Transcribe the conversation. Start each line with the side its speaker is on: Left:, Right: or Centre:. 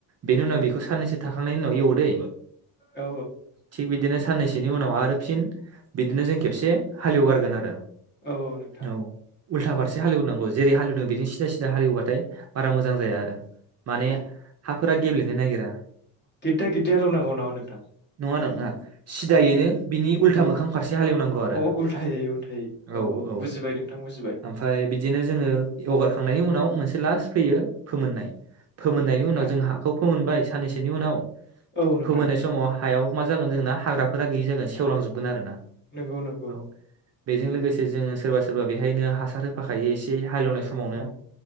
Right: बेनि
Left: औ
Right: उनाव बेखौ साननैसो थाखांनायनि उनाव एवो दै
Left: औ
Right: थिग बिदिनो साननैसोनि उनाव आरो फिन बिदिनो जों खेबसे हालेवगारगोन आरो
Left: औ नोंथां
Right: औ उल्था फारसे हालेवनां गौ जेरै हालौदों बिदि सिदा सिदा हालेव बाथाय बारा मोजां जाया आरो माने हा फोरा गेब्लेनो नागिरा
Left: गिददा गिददि हालेवनांगौ नामा नोंथां?
Right: नङा नङा सिदायैनो बिनि उल्था
Left: औ
Right: मोखां फारसे हालेवनांगौ आरो
Left: अ उल्थायै उल्थायै
Right: औ औ
Left: बुजिबाय नोंथां बुजिबाय
Right: आमफाय बि दिनो जोङो एवगारखांनायनि उनाव मोनसे लास्ट फैयो फोमोन फोमोननायनि
Left: होननाय
Right: उनाव जों हाखौ फोमोनबाय साननैसोनि उनाव
Left: औ नोंथां
Right: फोमोननाय समाव हायाव मा जागोन जोंना? हाग्राफोरा गैयि जागोन सेवलांजोबगोन आरो ना
Left: नंगौ नंगौ
Right: औ बेजों लोगोसे जों सोरबा सोरबा बेहायनो हासार हो बे एसे हालेवनाय समावनो
Left: औ